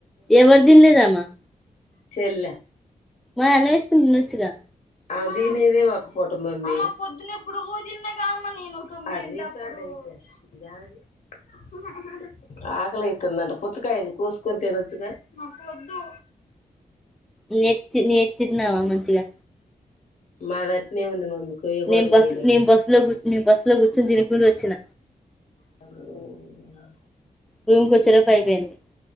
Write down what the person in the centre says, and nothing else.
ఎవరు తన్లేదమ్మా
మా అలా వస్కుసిగా
నేత్ నేతిన్నావా మంచిగా
నేమ్
బస్ నేమ్ బస్ లో నే బస్సు లో కూర్చొని తినకుం వచ్చిన
రూమ్కి వచ్చే లోపు అయిపోయింది.